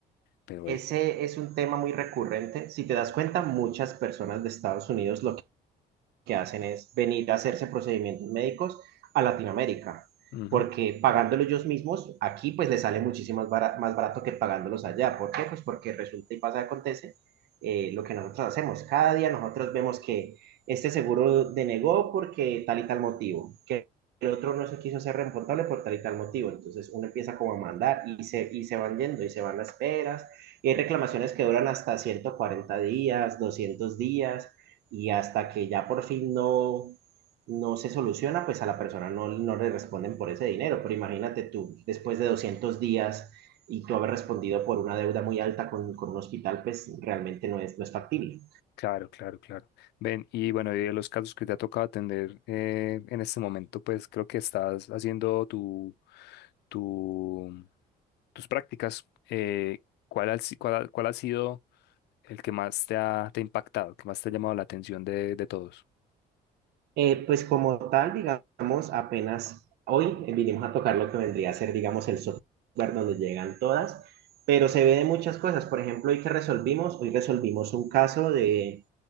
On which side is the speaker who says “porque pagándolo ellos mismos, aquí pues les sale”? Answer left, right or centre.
Right